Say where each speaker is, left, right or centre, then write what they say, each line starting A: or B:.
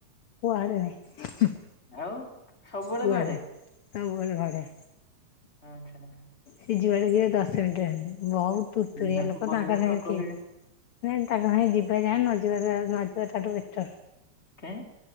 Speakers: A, on the left; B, on the left.
A: କୁଆଡ଼େ ନାଇଁ।
B: ଆଉ ସବୁବେଳେ
A: କୁଆଡେ
B: ଘରେ?
A: ସବୁବେଳେ ଘରେ।
B: ଆଛା।
A: ସି ଯିବା ବଡକୁ ଯିବେ ଦଶ ମିନିଟରେ ବହୁତ ତୁର୍ତୁରିଆ
B: ଭାଇନାଙ୍କୁ
A: ଲୋକ
B: କହିବେ
A: ତାଙ୍କ
B: ନା
A: ସାଙ୍ଗେ
B: ଆଉ କହିବେ
A: କିଏ ନାଇଁ ତାଙ୍କ ସହ ଯିବା ଯାହା ନ ଯିବା ତାଠୁ ବେଟର।
B: କାଇଁ?